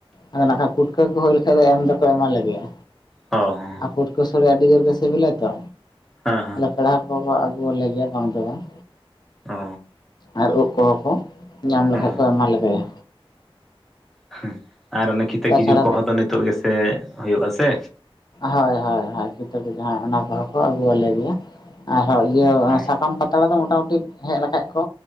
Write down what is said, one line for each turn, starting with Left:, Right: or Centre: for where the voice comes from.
Left: ᱟᱫᱚ ᱱᱟᱠᱷᱟᱡ ᱯᱩᱴᱠᱟᱹ ᱠᱚ ᱦᱩᱭ ᱞᱮᱠᱷᱟᱡ ᱮᱢ ᱫᱚᱠᱚ ᱮᱢᱟ ᱞᱮ ᱜᱮᱭᱟ᱾
Centre: ᱚ ᱦᱚᱸ᱾
Left: ᱟᱨ ᱯᱩᱴᱠᱟᱹ ᱥᱳᱲᱮ ᱟᱹᱰᱤ ᱡᱳᱨ ᱜᱮ ᱥᱤᱵᱤᱞᱟ ᱛᱚ᱾
Centre: ᱦᱮᱸ ᱦᱮᱸ᱾
Left: ᱞᱟᱠᱲᱟ ᱦᱚᱠᱚ ᱠᱚ ᱟᱹᱜᱩᱣᱟᱞᱮᱭᱟᱞᱮ ᱜᱮᱭᱟ ᱵᱟᱝ ᱫᱚ ᱵᱟᱝ᱾
Centre: ᱚ᱾
Left: ᱟᱨ ᱩᱫᱽ ᱠᱚᱦᱚᱸ ᱠᱚ ᱧᱟᱢ ᱞᱮᱠᱷᱟᱡ
Centre: ᱚ
Left: ᱠᱚ ᱮᱢᱟ ᱞᱮᱜᱮᱭᱟ᱾
Centre: ᱦᱩ ᱸ ᱟᱨ ᱚᱱᱮ ᱠᱤᱛᱟᱹ
Left: ᱛᱟᱪᱷᱟᱲᱟ
Centre: ᱠᱷᱤᱡᱩᱨ ᱠᱚᱦᱚᱸ ᱛᱚ ᱱᱤᱛᱚᱜ ᱜᱮᱥᱮ ᱦᱩᱭᱩᱜ-ᱟ ᱥᱮ᱾
Left: ᱦᱳᱭ ᱦᱳᱭ ᱦᱳᱭ ᱠᱤᱛᱟᱹ ᱠᱚ ᱡᱟᱦᱟᱸ ᱚᱱᱟ ᱠᱚᱦᱚᱸ ᱠᱚ ᱟᱹᱜᱩᱣᱟᱞᱮ ᱜᱮᱭᱟ, ᱟᱨᱦᱚᱸ ᱤᱭᱟᱹ ᱚᱱᱟ
Centre: ᱦᱩᱸ
Left: ᱥᱟᱠᱟᱢ ᱯᱟᱛᱲᱟ ᱫᱚ ᱢᱚᱴᱟᱢᱩᱴᱤ ᱦᱮᱡ ᱞᱮᱠᱷᱟᱡ ᱠᱚ